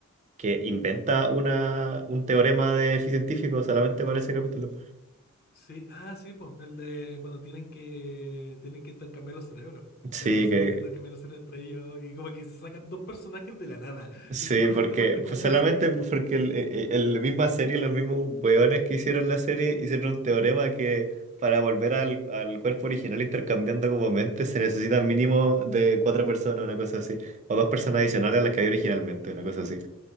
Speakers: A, on the right; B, on the left.
A: que inventa una, un teorema de científico solamente para ese capítulo.
B: sí, ah, sí, pues, el de cuando tienen que, tienen que intercambiar los cerebros.
A: Sí,
B: Pero no se
A: que...
B: pueden intercambiar los cerebros entre ellos. Y como que se sacan dos personajes de la nada. <laughs>
A: Sí,
B: Sí, solamente
A: porque
B: para que cumpla
A: pues solamente
B: eso.
A: pues, porque el- e- e- la misma serie, los mismos weones que hicieron la serie, hicieron un teorema que para volver al, al cuerpo original intercambiando como mentes se necesitan mínimo de cuatro personas, una cosa así, o dos personas adicionales a las que había originalmente, una cosa así.